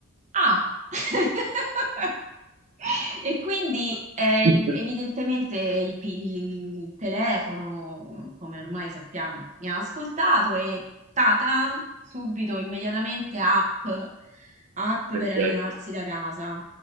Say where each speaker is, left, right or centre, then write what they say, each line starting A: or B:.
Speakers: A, on the right; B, on the right.
A: ah! <laughs> E quindi eh,
B: <laughs>
A: il- evidentemente il, pi- il telefono, come ormai sappiamo, mi ha ascoltato e ta-tan, subito, immediatamente app, app
B: Eh,
A: per allenarsi
B: certo,
A: da casa